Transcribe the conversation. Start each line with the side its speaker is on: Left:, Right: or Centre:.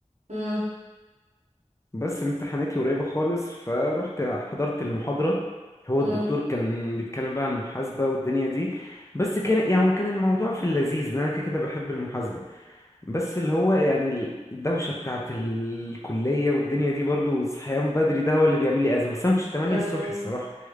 Right: مم.
Left: بس امتحاناتي قريبه خالص فروحت حضرت المحاضره هو
Right: مم.
Left: الدكتور كان بيتكلم بقى عن المحاسبه والدنيا دي بس كان يعني هو كان الموضوع في اللذيذ ان انا كده كده بحب المحاسبه بس اللي هو يعني ال- الدوشة بتاعت الكلية والدنيا دي برضو والصحيان بدري ده هو اللي بيعمل لي أزمة بس أنا مكنتش 8
Right: آه.
Left: الصبح الصراحة